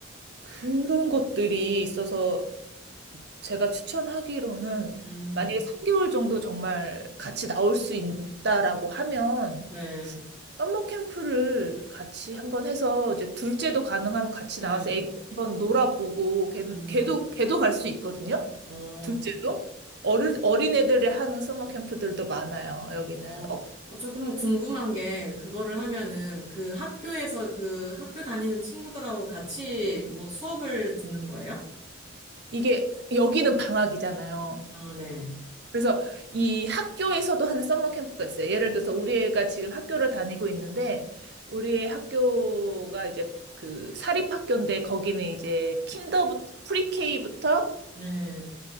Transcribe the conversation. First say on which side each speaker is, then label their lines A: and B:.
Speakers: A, on the right; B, on the right.
A: 그런 것들이 있어서 제가 추천하기로는
B: 음,
A: 만약에 3개월 정도 정말 같이 나올 수 있다라고 하면
B: 네,
A: 썸머 캠프를 같이 한번 해서 이제 둘째도 가능하면 같이
B: 네,
A: 나와서 애기 한번 놀아보고 걔는
B: 음,
A: 걔도 걔도 갈 수 있거든요.
B: 어,
A: 둘째도 어른 어린애들이 하는 썸머 캠프들도 많아요. 여기는
B: 어.
A: 어
B: 어, 저 그러면 궁금한 게, 그거를 하면은 그 학교에서 그 학교 다니는 친구들하고 같이 뭐 수업을 듣는 거예요?
A: 이게 여기는 방학이잖아요.
B: 아, 네,
A: 그래서 이 학교에서도 하는 썸머 캠프가 있어요. 예를 들어서 우리 애가 지금 학교를 다니고 있는데 우리 의 학교가 이제 그 사립학교인데 거기는 이제 킨더 부터 프리케이부터
B: 네,